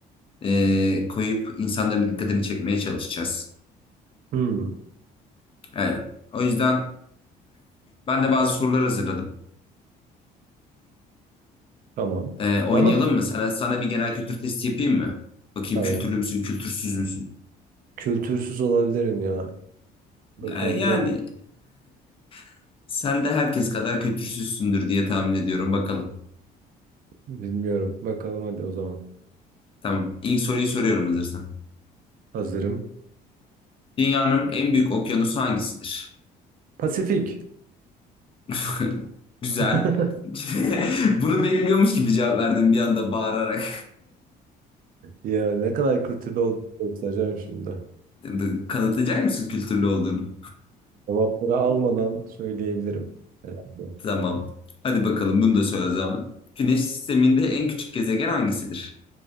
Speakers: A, on the left (about 30°); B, on the right (about 55°).
A: eee, koyup insanların dikkatini çekmeye çalışacağız.
B: Hı.
A: Yani, o yüzden ben de bazı sorular hazırladım.
B: Tamam.
A: Ee, oynayalım
B: Bana mı?
A: mı? Sana, sana bir genel kültür testi yapayım mı? Bakayım
B: Tamam.
A: kültürlü müsün, kültürsüz müsün?
B: Kültürsüz olabilirim ya. Bakalım
A: Ya- Yani
B: deli.
A: <laughs> sen de herkes kadar kültürsüzsündür diye tahmin ediyorum. Bakalım.
B: Bilmiyorum. Bakalım hadi o zaman.
A: Tamam. İlk soruyu soruyorum hazırsan.
B: Hazırım.
A: Dünyanın en büyük okyanusu hangisidir?
B: Pasifik.
A: <laughs> Güzel.
B: <laughs>
A: <laughs> Bunu bekliyormuş gibi cevap verdim bir anda bağırarak.
B: Ya ne kadar kültürlü olduğunu göstereceğim şimdi.
A: <laughs> Kanıtlayacak mısın kültürlü olduğunu?
B: Cevapları almadan söyleyebilirim herhalde.
A: Tamam. Hadi bakalım bunu da söyle o zaman. Güneş sisteminde en küçük gezegen hangisidir?